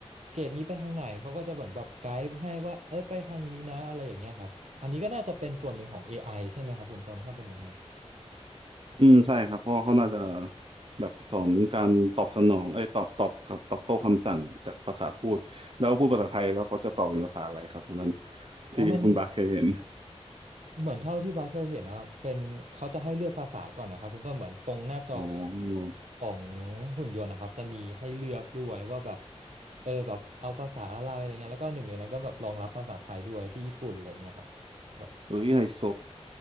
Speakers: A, on the right (about 80°); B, on the right (about 50°).
A: เกรดนี้ไปทางไหนเขาก็จะเหมือนแบบไกด์ให้ว่าเออไปทางนี้นะอะไรอย่างเงี้ยครับอันนี้ก็น่าจะเป็นส่วนหนึ่งของ AI ใช่ไหมครับคุณต้นถ้าเป็นแบบนี้
B: อืมใช่ครับเพราะว่าเขาน่าจะแบบสอนการตอบสนองเอ้ยตอบตอบกับตอบโต้คำสั่งจากภาษาพูดแล้วพูดภาษาไทยแล้วเขาจะตอบเป็นภาษาอะไรครับตอนนั้น
A: เพราะมัน
B: ที่คุณบาทเคยเห็น
A: เหมือนเท่าที่บาสเคยเห็นนะครับเป็นเขาจะให้เลือกภาษาก่อนนะครับคุณต้นเหมือนตรงหน้าจอของ
B: อ๋อ
A: ของหุ่นยนต์นะครับจะมีให้เลือกด้วยว่าแบบเออแบบเอาภาษาอะไรอะไรเงี้ยแล้วก็หนึ่งในนั้นก็แบบรองรับภาษาไทยด้วยที่ญี่ปุ่นอะไรเงี้ยครับแบบ
B: เฮ้ยไฮโซ